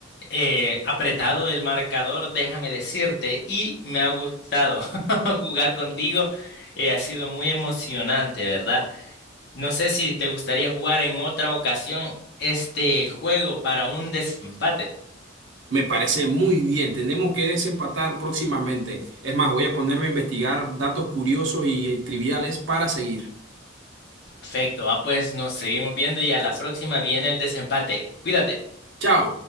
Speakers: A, on the left; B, on the right.
A: eh, apretado el marcador, déjame decirte, y me ha gustado <laughs> jugar contigo. eh, ha sido muy emocionante, ¿verdad? No sé si te gustaría jugar en otra ocasión este juego para un desempate.
B: Me parece muy bien. Tenemos que desempatar próximamente. Es más, voy a ponerme a investigar datos curiosos y eh, triviales para seguir.
A: Perfecto, ah, pues nos seguimos viendo y a la próxima viene el desempate. Cuídate.
B: Chao.